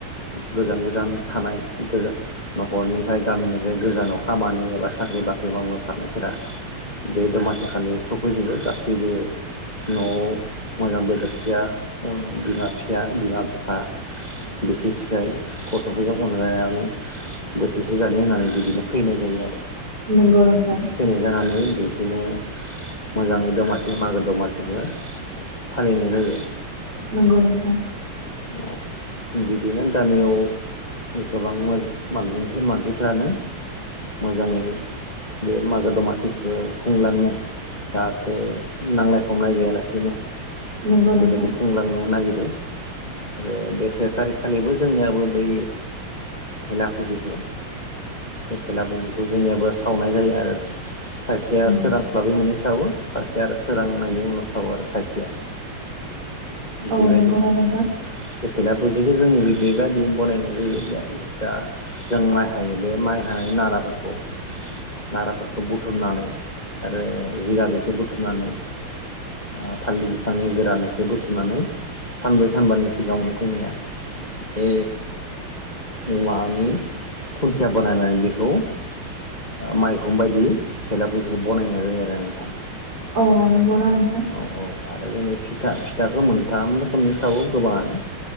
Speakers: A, on the left; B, on the right.
A: गोजान गोजान थानाय गो न'खरनिफ्राय गामिनिफ्राय गोजानाव खामानि एबा साख्रि बाख्रि मावनो थानायफोरा बे दमासि खालि सफैजोबो गासैबो न'आव मोजां बेदर फिसा उम बिमा फिसा बिमा बिफा बिसि फिसाय गथ'फोरजों अनलायनानै बोथिसे जानो होननानै बिदिनो फैनाय जायो आरो।
B: नंगौ नोंथां
A: थैनाय जानानै बे बिदिनो मोजाङै दमासि मागो दमासिखौ फालिनाय जायो।
B: नंगौ नोंथां
A: औ बिदिनो गामियाव गोबांमोन मानिस मानसिफ्रानो मोजाङै बे मागो दमासिखौ खुंलांनो जाहाथे नांलाय खमलाय गैयालासेनो बेबायदि
B: नंगौ नोंथां
A: खुंलांनो नागिरो। आरो बे से थारिख खालिबो जोंनियाबो बै भेला फुजिखौ बे भेला फुजिखौ जोंनियाबो सावनाय जायो आरो खायसेया
B: अ
A: सोरांस्लाबै मोनै सावो। सासे आरो सोरांनायनि उनाव सावो आरो खायसेया। बेबायदि
B: औ नंगौना नोंथां?
A: बे भेला फुजिखौ जोंनि बेबायदि बनायनाय जायो जा जा जों माइ हायो बे माइ हानाय नाराफोरखौ नाराफोरखौ बुथुमनानै आरो जिगाब एसे बुथुमनानै ओ थालिर बिफांनि गोरान एसे बुथुमनानै सानब्रै सानबानि सिगाङावनो जोंनिया बे औवानि खुन्थिया बनायनानै बेखौ ओ माइहुम बायदि थेला फुजिखौ बानायनाय जायो आरो नोंथां
B: अ नंगौना नोंथां?
A: औ औ फिथा फिथाखो मोनथाम समनि सावो गोबाङानो